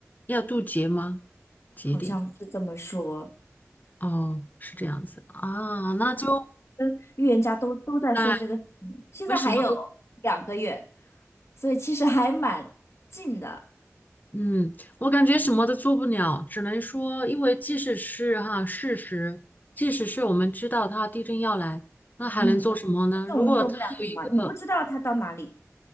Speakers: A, on the left; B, on the left.
A: 要渡劫吗？节点？
B: 好像是这么说。
A: 哦，是这样子啊，那就
B: 嗯，预言家都都在说这个事情，
A: 在
B: 现在还有
A: 为什么都
B: 两个月，所以其实还蛮近的。
A: 嗯，我感觉什么都做不了，只能说，因为即使是哈事实，即使是我们知道它地震要来，那还能做什么呢？
B: 嗯，但是我们做不了什么，
A: 如果它有一个，
B: 你不知道它到哪里。